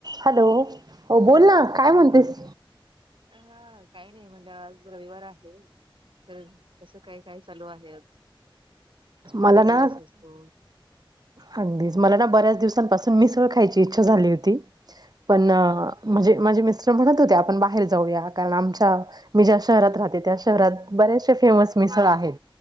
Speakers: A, on the right; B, on the right.
A: Hello हो बोलना काय म्हंतेस?
B: हां काही नाही म्हणलं आज रविवार आहे तर कसं काय काय चालू आहे आज? सुट्टीचा
A: मलाना
B: दिवस असतो
A: अगदीच मलाना बऱ्याच दिवसांपासून मिसळ खायची इच्छा झाली होती पण
B: अच्छा
A: अं माझे मिस् स्टर म्हणत होते आपण बाहेर जाऊया कारण आमच्या मी ज्या शहरात
B: हा
A: राहते त्या शहरात बरेचशे फेमस मिसळ आहेत